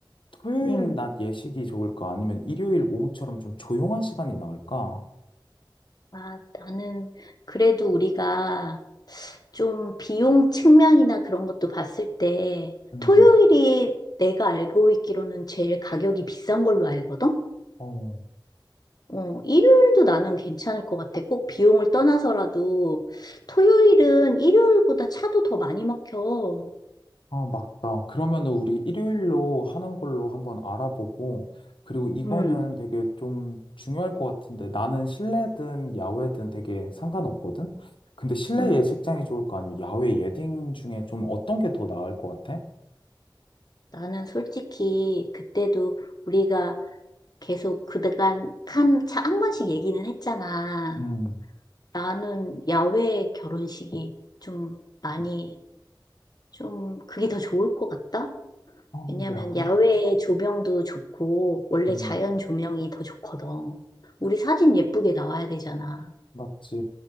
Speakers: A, on the left (about 85°); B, on the left (about 50°).
A: 토요일
B: 음.
A: 낮 예식이 좋을까? 아니면 일요일 오후처럼 좀 조용한 시간이 나을까?
B: 아, 나는 그래도 우리가 좀 비용 측면이나 그런 것도 봤을 때
A: 음,
B: 토요일이 내가 알고 있기로는 제일 가격이 비싼 걸로 알거든?
A: 어.
B: 어, 일요일도 나는 괜찮을 것 같아. 꼭 비용을 떠나서라도 토요일은 일요일보다 차도 더 많이 막혀.
A: 아, 맞다. 그러면은 우리 일요일로 하는 걸로 한번 알아보고, 그리고 이거는
B: 음,
A: 되게 좀 중요할 것 같은데, 나는 실내든 야외든 되게 상관없거든? 근데 실내
B: 음.
A: 예식장이 좋을 거 아니면 야외 예딩 중에 좀 어떤 게 더 나을 것 같아?
B: 나는 솔직히 그때도 우리가 계속 그간 한 차 한 번씩 얘기는 했잖아.
A: 음,
B: 나는 야외 결혼식이 좀 많이, 좀 그게 더 좋을 것 같다?
A: 어,
B: 왜냐면
A: 야외?
B: 야외 조명도 좋고, 원래
A: 음,
B: 자연 조명이 더 좋거든. 우리 사진 예쁘게 나와야 되잖아.
A: 맞지.